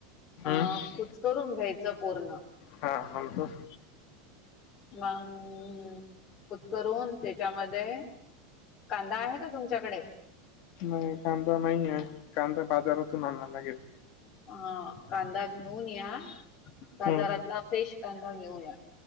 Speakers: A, on the left; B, on the left.
A: अ
B: हम्म
A: कुचकरून घ्यायचं पुर्ण.
B: हा नंतर
A: मंग उत्करून त्याच्यामध्ये कांदा आहे का तुमच्याकडे?
B: नाही कांदा नाहीे कांदा बाजारातून आणा लागेल.
A: ह कांदा घेऊन या, बाजारातला
B: हम्म
A: फ्रेश कांदा घेऊन या.